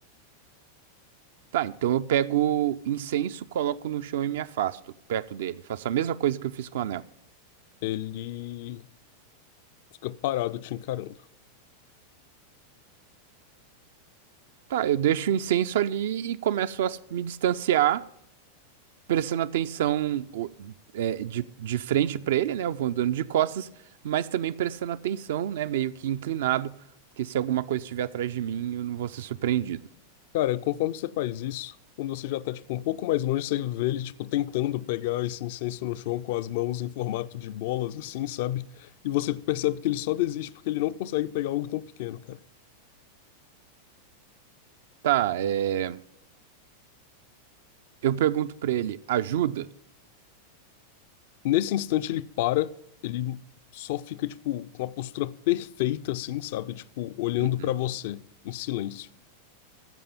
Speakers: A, on the right; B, on the left.
A: Tá, então eu pego incenso, coloco no chão e me afasto perto dele. Faço a mesma coisa que eu fiz com o anel.
B: Ele fica parado te encarando.
A: Tá, eu deixo o incenso ali e começo a s- me distanciar. prestando atenção o- é, de, de frente para ele, né? Eu vou andando de costas, mas também prestando atenção, né? Meio que inclinado, porque se alguma coisa estiver atrás de mim, eu não vou ser surpreendido.
B: Cara, conforme você faz isso, quando você já tá, tipo, um pouco mais longe, você vê ele, tipo, tentando pegar esse incenso no chão com as mãos em formato de bolas, assim, sabe? E você percebe que ele só desiste porque ele não consegue pegar algo tão pequeno, cara.
A: Tá, é, eu pergunto para ele, ajuda?
B: Nesse instante ele para, ele só fica, tipo, com a postura perfeita, assim, sabe? Tipo, olhando
A: Uhum.
B: pra você, em silêncio.